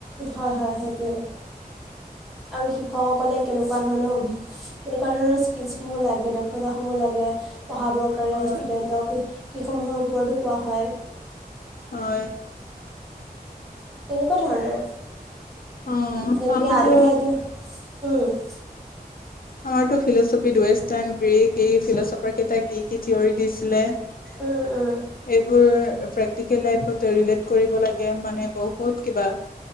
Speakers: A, in the centre; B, on the left.
A: হয় হয় সেইটোৱেই আৰু শিক্ষকসকলে কেনেকুৱা ধৰণৰ অভি কেনেকুৱা ধৰণৰ স্কিলচ সমুহ লাগে দক্ষতাসমুহ লাগে পঢ়াবৰ কাৰণে
B: হয়,
A: ষ্টুডেণ্টক সেইসমূহৰ ওপৰতো কোৱা হয়।
B: হয়।
A: তেনেকুৱা ধৰণেৰে
B: অ',
A: যেনেকে
B: আমাৰতো
A: এতিয়া এতিয়া উম।
B: আমাৰতো ফিলচফি ৱেষ্টাৰ্ণ গ্ৰীক এই ফিলচফাৰ কেইটাই কি কি থিয়ৰী দিছিলে।
A: উম উম
B: এইবোৰ প্ৰেক্টিকেল লাইফত ৰিলেট কৰিব লাগে। মানে বহুত কিবা।